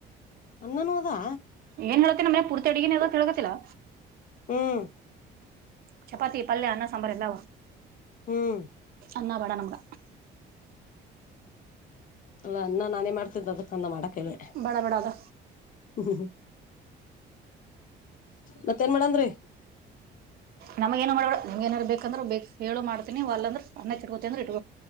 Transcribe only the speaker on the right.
ಏನ್ ಹೇಳತೇನೆ ಮನೆ ಪೂರ್ತಿ ಅಡಗಿನ ಅ ಹೇಳ್ಕತಿಲ್ಲಾ
ಚಪಾತಿ ಪಲ್ಯ ಅನ್ನ ಸಾಂಬಾರ್ ಎಲ್ಲ
ಅನ್ನ ಬೇಡ ನಮ್ಗ
ಬೇಡ ಬೇಡ ಅದ
ನಮಗ ಏನು ಮಾಡಬೇ ನಮ್ ಏನಾರ ಬೇಕಂದ್ರ್ ಬೇಕ ಹೇಳು ಮಾಡ್ತೀನಿ ಅಂದ್ರ ಅನ್ನಕ್ಕಿರ್ ಅಂದ್ರೆ ಇಟ್